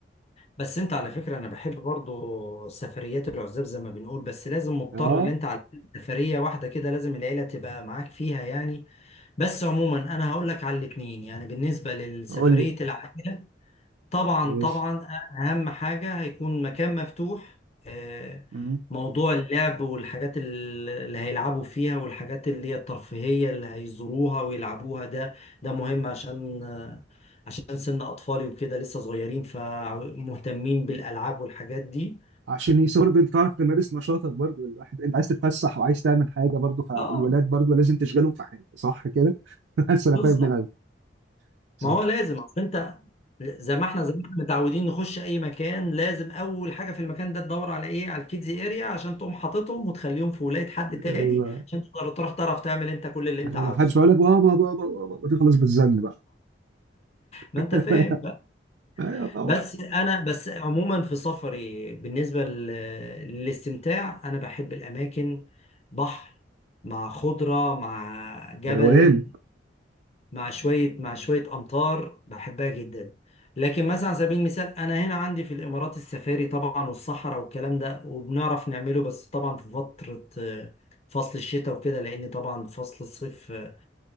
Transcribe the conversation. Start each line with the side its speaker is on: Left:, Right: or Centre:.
Left: بس انت على فكره انا بحب برضو سفريات العزاب زي ما بنقول بس لازم مضطر
Right: اه
Left: ان انت على سفريه واحده كده لازم العيله تبقى معاك فيها يعني بس عموما انا هقول لك على الاثنين يعني بالنسبه لسفريه
Right: قول لي
Left: العائله طبعا
Right: ماشي
Left: طبعا اهم حاجه هيكون مكان مفتوح آه،
Right: مم.
Left: موضوع اللعب والحاجات ال- اللي هيلعبوا فيها والحاجات اللي هي الترفيهيه اللي هيزوروها ويلعبوها ده ده مهم عشان آه، عشان سن اطفالي وكده لسه صغيرين فمهتمين بالالعاب والحاجات دي
Right: عشان يس- برضه انت تعرف تمارس نشاطك برضه الواحد انت عايز تتفسح وعايز تعمل حاجه برضه فالولاد
Left: اه
Right: برضه لازم تشغلهم في حاجه صح كده <laughs> بس
Left: بالظبط.
Right: انا فاهم دماغك صح
Left: ما هو لازم اصل انت زي ما احنا زي ما احنا متعودين نخش اي مكان لازم اول حاجه في المكان ده تدور على ايه على الكيدز اريا عشان تقوم حاططهم وتخليهم في ولايه حد تاني
Right: ايوه
Left: عشان تقدر تروح تعرف تعمل انت كل اللي
Right: عشان
Left: انت عاوزه
Right: ما حدش يقول لك بابا بابا بابا تخلص بالزن بقى <laughs>
Left: ما انت فاهم بقى
Right: ايوه طبعا
Left: بس انا بس عموما في سفري بالنسبه لل- للاستمتاع انا بحب الاماكن بحر مع خضره مع جبل
Right: روقان
Left: مع شوية مع شوية أمطار بحبها جدا لكن مثلا على سبيل المثال أنا هنا عندي في الإمارات السفاري طبعا والصحراء والكلام ده وبنعرف نعمله بس طبعا في فترة آه، فصل الشتاء وكده لأن طبعا فصل الصيف آه،